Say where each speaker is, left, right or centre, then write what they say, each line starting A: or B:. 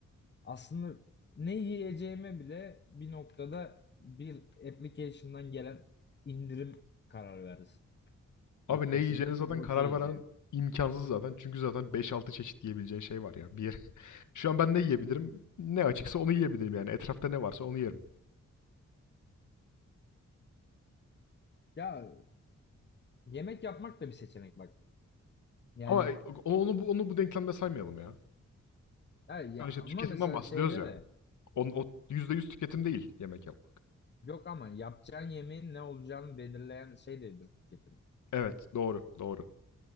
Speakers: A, on the left; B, on the left.
A: Aslında ne yiyeceğime bile bir noktada bir application'dan gelen indirim karar versin
B: Abi
A: noktasında
B: ne yiyeceğine zaten
A: çok okeyiz
B: karar veren
A: yani.
B: imkansız zaten. Çünkü zaten beş altı çeşit yiyebileceğin şey var ya. Bir yer. <laughs> Şu an ben ne yiyebilirim? Ne açıksa onu yiyebilirim yani. Etrafta ne varsa onu yerim.
A: Ya Yemek yapmak da bir seçenek bak. Yani
B: Ama onu, onu bu, onu bu denklemde saymayalım ya.
A: ya, ya
B: Şu an işte
A: ama
B: tüketimden
A: mesela
B: bahsediyoruz
A: şeyde
B: ya.
A: de
B: On, o %100 tüketim değil yemek yapmak.
A: yok ama yapacağın yemeğin ne olacağını belirleyen şey de bir tüketim.
B: Evet, doğru, doğru,